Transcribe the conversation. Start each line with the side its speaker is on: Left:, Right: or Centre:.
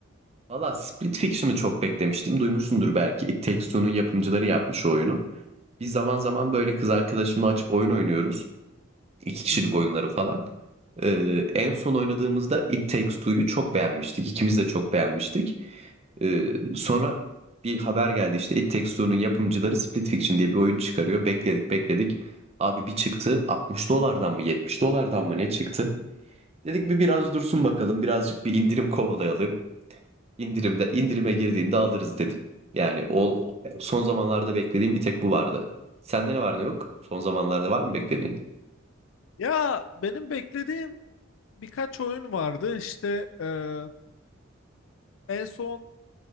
Right: Valla Split Fiction'ı çok beklemiştim. Duymuşsundur belki. It Takes Two'nun yapımcıları yapmış o oyunu. Biz zaman zaman böyle kız arkadaşımla açıp oyun oynuyoruz. iki kişilik
Left: Hı hı.
Right: oyunları falan. Ee, en son oynadığımızda It Takes Two'yu çok beğenmiştik. İkimiz de çok beğenmiştik. Ee, sonra bir haber geldi işte It Takes Two'nun yapımcıları Split Fiction diye bir oyun çıkarıyor. Bekledik bekledik. Abi bir çıktı 60 dolardan mı 70 dolardan mı ne çıktı? Dedik bir biraz dursun bakalım birazcık bir indirim kovalayalım. İndirimde indirime girdiğinde alırız dedim. Yani o son zamanlarda beklediğim bir tek bu vardı. Sende ne var ne yok? Son zamanlarda var mı beklediğin?
Left: Ya benim beklediğim birkaç oyun vardı. İşte eee, en son